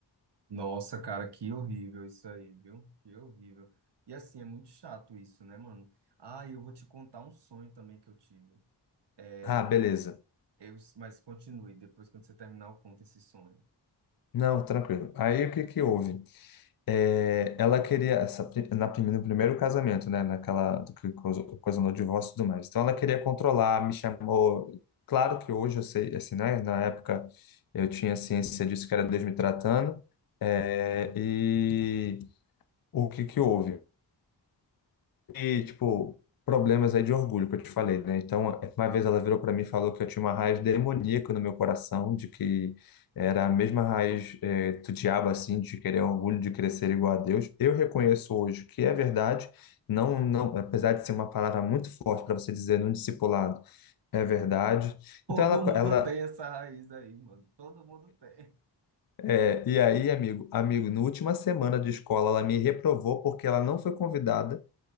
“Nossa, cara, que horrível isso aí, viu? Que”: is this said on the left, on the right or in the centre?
Right